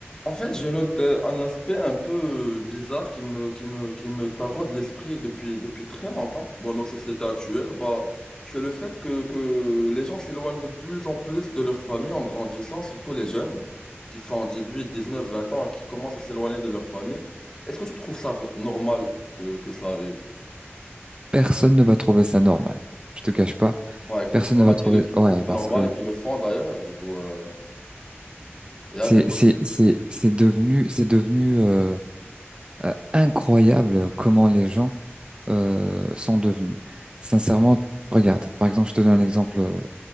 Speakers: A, on the left; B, on the right.
A: En fait, je note euh, un aspect un peu euh, bizarre qui me, qui me, qui me taraude l'esprit depuis, depuis très longtemps dans nos sociétés actuelles. Bah, c'est le fait que, que les gens s'éloignent de plus en plus de leur famille en grandissant, surtout les jeunes qui font dix-huit, dix-neuf, vingt ans et qui commencent à s'éloigner de leur famille. Est-ce que tu trouves ça v- normal que, que ça arrive?
B: Personne ne va trouver ça normal. Je te cache pas.
A: Bah écoute,
B: Personne
A: il y
B: ne
A: en
B: va
A: a
B: trouver.
A: qui, le, qui
B: Ouais,
A: trouvent ça
B: parce
A: normal
B: que
A: et qui le font d'ailleurs. Du coup, euh, il y a
B: c'est
A: des gens,
B: c'est c'est c'est devenu c'est devenu euh, euh, incroyable comment les gens euh, sont devenus. Sincèrement, regarde. Par exemple, je te donne un exemple euh,